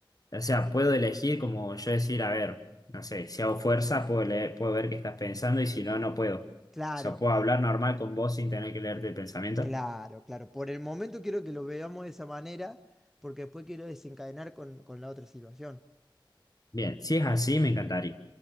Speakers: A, on the left; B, in the centre.
A: o sea, puedo elegir como yo decir, a ver, no sé, si hago fuerza, puedo leer, puedo ver qué estás pensando y si no, no puedo. O
B: Claro.
A: sea, puedo hablar normal con vos sin tener que leerte el pensamiento.
B: Claro, claro. Por el momento quiero que lo veamos de esa manera, porque después quiero desencadenar con, con la otra situación.
A: Bien, si es así, me encantaría.